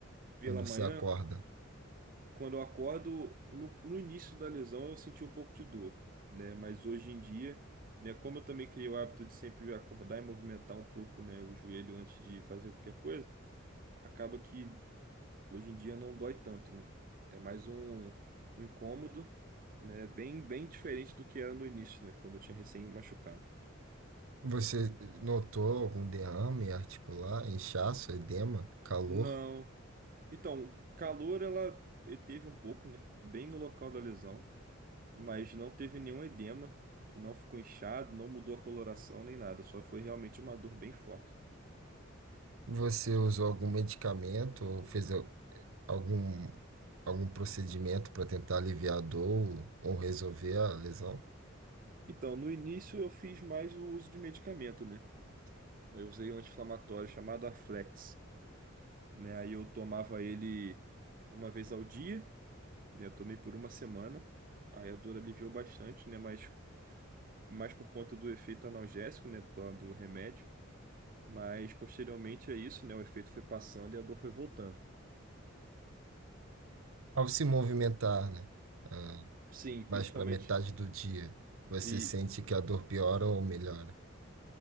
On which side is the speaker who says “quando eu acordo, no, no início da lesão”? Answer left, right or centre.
Right